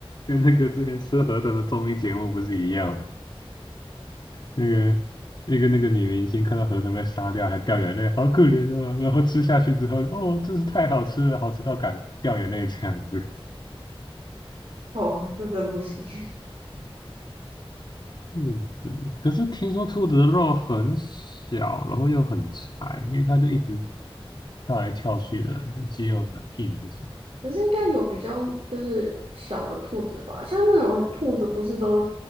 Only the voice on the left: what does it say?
跟那个之前吃河豚的综艺节目不是一样？那个那个那个女明星看到河豚被杀掉还掉眼泪，好可怜哦，然后吃下去之后，哦，真是太好吃了，好吃到敢掉眼泪这样子。
兔子，可是听说兔子的肉很小，然后又很柴，因为它就一直跳来跳去的，肌肉很硬，不是？